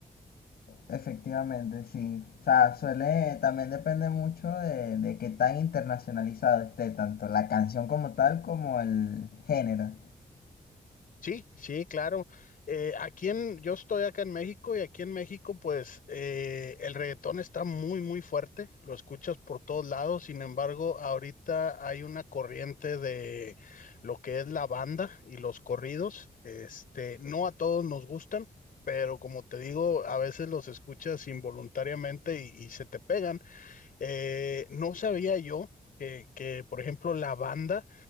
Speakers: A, on the left; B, on the left.
A: Efectivamente, sí. O sea, suele, también depende mucho de, de qué tan internacionalizado esté, tanto la canción como tal como el género.
B: Sí, sí, claro. Eh, aquí en, yo estoy acá en México y aquí en México, pues eh, el reggaetón está muy, muy fuerte. Lo escuchas por todos lados. Sin embargo, ahorita hay una corriente de lo que es la banda y los corridos. Este, no a todos nos gustan, pero como te digo, a veces los escuchas involuntariamente y, y se te pegan. Eh, no sabía yo que, que, por ejemplo, la banda